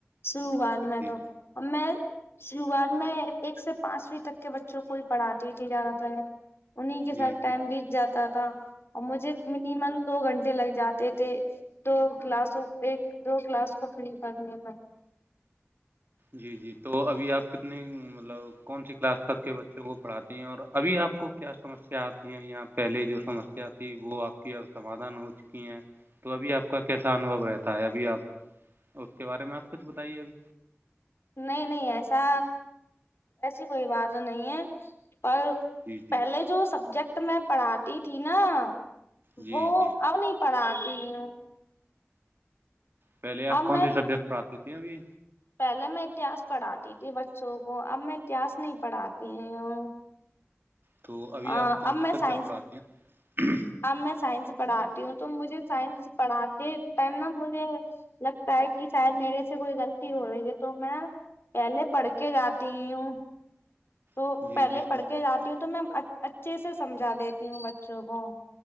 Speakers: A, on the left (about 60°); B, on the right (about 50°).
A: شروعات میں
B: جی
A: تو میں شروعات میں ایک سے پانچویں تک کے بچوں کو ہی پڑھاتی تھی زیادہ تر انیں کے
B: جی
A: ساتھ ٹائم
B: جی
A: بیت جاتا تھا اور مجھے منیمم دو گھنٹے لگ جاتے تھے دو گلاسوں ایک دو گلاس کو فری کرنے میں
B: جی جی تو ابھی آپ کتنے مطلب کون سی کلاس تک کے بچوں کو پڑھاتی ہیں اور ابھی آپ کو کیا سمسیا آتی ہیں یہاں پہلے جو سمسیا تھی وہ آپ کی ا سمادھان ہو چکی ہیں تو ابھی آپ کا کیسا انوبھو رہتا ہے ابھی آپ اس کے بارے میں آپ کچھ بتائیے ابھی
A: نہیں نہیں ایسا ایسی کوئی بات نہیں ہے پر
B: جی جی
A: پہلے جو سبجیکٹ میں پڑھاتی تھی نا
B: جی
A: وہ
B: جی
A: ا نہیں پڑھاتی ہوں
B: پہل آپ
A: اب میں
B: کون سبجیکٹ پڑاتے تھے ابھی
A: پہلے میں اتاس پڑھاتی تھی بچوں کو اب میں اتہس نہیں پڑھاتی ہوں
B: تو ابھی
A: اب
B: آپ کون
A: میں
B: سی سبجیکٹ
A: سائنس
B: پڑھاتے ہیں
A: اب میں سائنس پڑھاتی ہوں تو مجھے سائنس پڑھاتے ٹائم نا مجھے لگتا ہے کہ شاید میرے سے کوئی غلطی ہو رہی ہے تو میں پہلے پڑھ کے جاتی ہوں تو
B: ہیں جی
A: پہلے پڑھ
B: جی
A: کے جاتی ہوں تو میں اچھے سے سمجھا دیتی ہوں بچوں کو